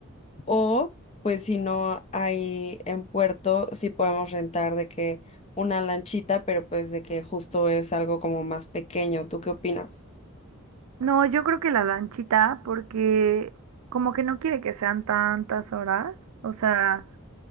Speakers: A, on the left; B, on the right.
A: o pues si no hay en puerto, sí podemos rentar de que una lanchita, pero pues de que justo es algo como más pequeño, ¿tú qué opinas?
B: No, yo creo que la lanchita, porque como que no quiere que sean tantas horas, o sea,